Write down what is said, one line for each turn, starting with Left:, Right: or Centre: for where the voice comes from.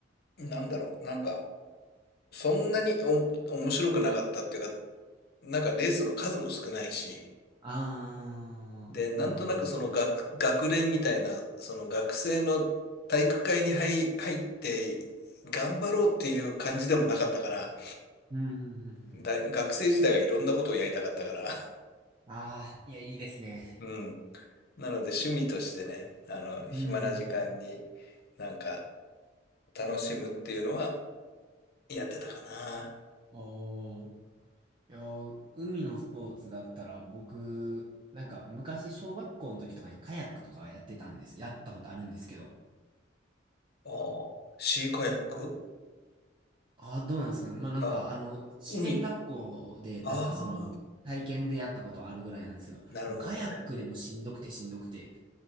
Left: なんだろう、なんか、そんなにお、面白くなかったっていうか、なんかレースの数も少ないし、
Right: あー、
Left: で、なんとなくその学、
Right: なるほど。う
Left: 学連みたいな、その学生の体育会に入、入って、頑張ろうっていう感じでもなかったから、
Right: ん、うん、うん。
Left: 大学生時代はいろんなことをやりたかったから、
Right: うんあー、いや、いいですね。
Left: <laughs> うん。なので趣味としてね、あの、暇な時間に
Right: うん。
Left: なんか楽しむっていうのはやってたかな。
Right: おー。いやー、海のスポーツだったら、僕、なんか、昔、小学校の時とかにカヤックとかはやってたんです。やったことあるんですけど。
Left: おー、シーカヤック
Right: あ、あーどうなんですかね。まあ、なんか、
Left: あ、
Right: あの、自然学校で、
Left: 海。ああ、
Right: なんかその、体験でやったことあるぐらいなんですけど、
Left: なるほどね。
Right: もうカヤックでもしんどくてしんどくて、